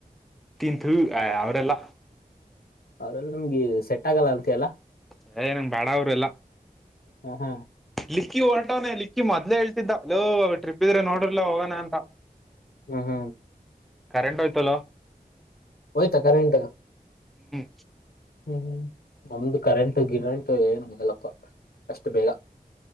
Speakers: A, in the centre; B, on the left.
A: ನಿತ್ಯನ್ಥ ಅವರೆಲ್ಲ.
B: ಅವ್ರಲ್ಲ ನಮ್ಗೆ ಸೆಟ್ ಆಗಲ್ಲ ಅಂತೆ ಅಲ್ಲ.
A: ಸ ನಂಗ್ ಬಾಡ ಅವರು ಎಲ್ಲಾ.
B: ಹ ಹಾ.
A: ಲಿಕ್ಕಿ ಹೊರಟವಾನನೆ ಲಿಕ್ಕಿ ಮೊದ್ೇ ಹೇಳ್ತಿದ್ದ ಅಲ್ಲೋ ಟ್ರಿಪ್ ಇದ್ರೆ ನೋಡರ್ಲ ಹೋಗೋಣ ಅಂತ.
B: ಹ ಹಾ.
A: ಕರೆಂಟ್ ಯ್ತಲೋ.
B: ಆಯ್ತಾ ಕರೆಂಟ್
A: ಹ್ಮ್.
B: ಹ್ಮ್ ಹ್ಮ್ ನಮ್ದು ಕರೆಂಟ್ ಗಿರಂಟ್ು ಏನು ಮಂಗಲ್ಲಪ್ಪ ಅಷ್ಟು ಬೇಗ.